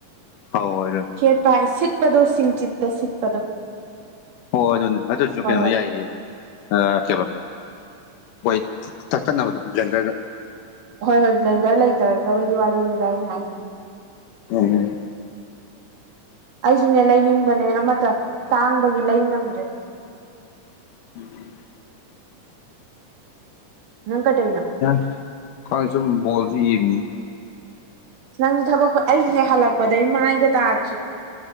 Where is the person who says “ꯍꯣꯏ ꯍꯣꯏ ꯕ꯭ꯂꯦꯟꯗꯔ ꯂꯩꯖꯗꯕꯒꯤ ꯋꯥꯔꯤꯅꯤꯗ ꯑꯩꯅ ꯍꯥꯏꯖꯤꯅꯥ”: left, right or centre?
Right